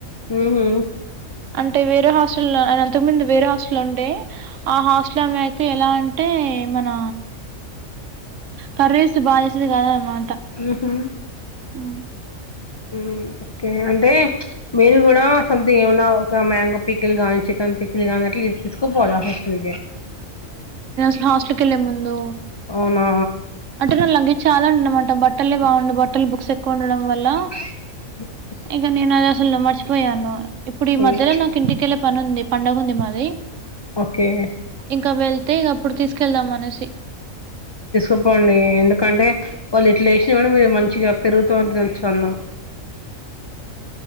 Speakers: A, on the left (about 40°); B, on the right (about 70°).
A: ఉహు
B: అంటే వేరే హాస్టల్ అన అంతకు ముందు వేరే హాస్టల్ ఉండే ఆ హాస్టల్మె అయితే ఎలా అంటే ఏ మన కర్రేస్ బాచేసేది కాదు ఆమా
A: ఉహు
B: ఉమ్
A: ఉమ్ ఓకే అంటే మీరు కూడా సథింగ్ ఏమన్నా ఒక మ్యాంగో పిక్కిల్ గాని చికెన్ పిక్లు గాని అట్లా తీసుకుపోవాలి ఆ హాస్టల్
B: మా హాస్టల్కి వెళ్ళే ముందు
A: అవునా
B: అంటే బట్టళ్ళకి చాలాండి అనమాట బట్టలే బాగుండు బట్టలు బుక్స్ ఎక్కువ ఉండడం వల్ల
A: ఆ
B: ఇంకా నేను అది అసలు మర్చిపోయాను ఇప్పుడు ఈ
A: అయ్యో
B: మధ్యలో నాకు ఇంటికెళ్ళే పని ఉంది పండుగ ఉంది మాది
A: ఓకే
B: ఇంకా వెళ్తే ఇంక అప్పుడు తీసుకెళ్దాం అనేసి
A: చపోండి ఎందుకంటే వాళ్ళు ఇట్లా వేసినా కూడా మీరు మంచిగా పెరుగుతోటి తిన్నచ్చు అన్నం